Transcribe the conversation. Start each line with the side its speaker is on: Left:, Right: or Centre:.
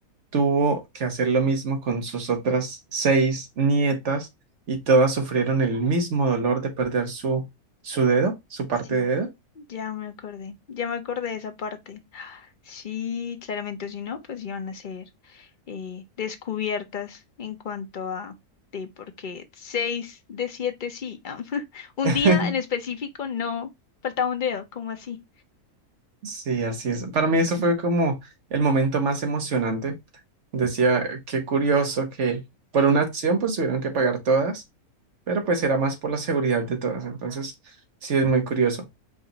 Right: tuvo que hacer lo mismo con sus otras seis nietas y todas sufrieron el mismo dolor de perder su, su dedo, su parte
Left: Sí,
Right: de dedo.
Left: ya me acordé. Ya me acordé de esa parte. Sí, claramente, o si no, pues iban a ser eh, descubiertas en cuanto a de porque seis de siete sí. am, <laughs> Un
Right: <laughs>
Left: día en específico no faltaba un dedo, ¿cómo así?
Right: Sí, así es. Para mí eso fue como el momento más emocionante. Decía, qué curioso que por una acción pues tuvieron que pagar todas, pero pues era más por la seguridad de todas. Entonces, sí es muy curioso.